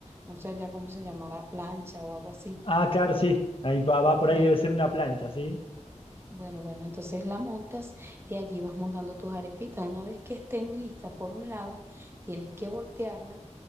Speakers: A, on the right; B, on the left.
A: no sé ya cómo se llamará, plancha o algo así.
B: Ah, claro, sí, ahí va, va por
A: bueno
B: ahí, debe ser una plancha, ¿sí?
A: Bueno, bueno, entonces la montas y allí vas montando tus arepitas. Una vez que estén listas por un lado, tienes que voltearla